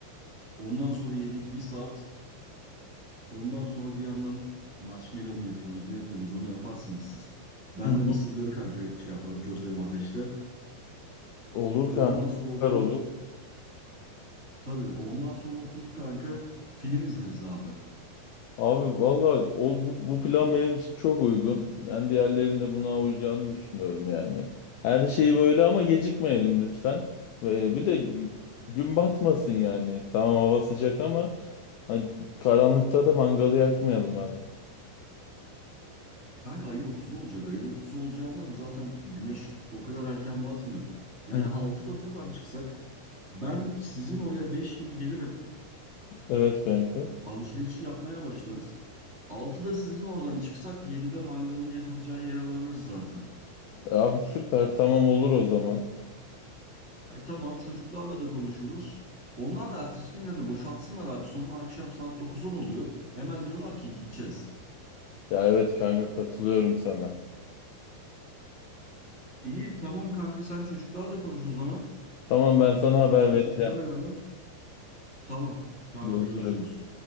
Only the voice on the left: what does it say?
Hı hı.
Olur
kanka.
Süper
olur.
Abi valla o- bu, bu plan benim için çok uygun. Ben diğerlerinin de buna uyacağını düşünüyorum yani. Her şeyi böyle ama gecikmeyelim lütfen. Ve bir de gü- gün batmasın yani. Tamam hava sıcak ama hani karanlıkta da mangalı yakmayalım hani.
Hı hı.
Evet kanka.
E Abi süper tamam olur o zaman.
Ya evet kanka katılıyorum sana.
Tamam ben sana haber
vereceğim.
Görüşürüz.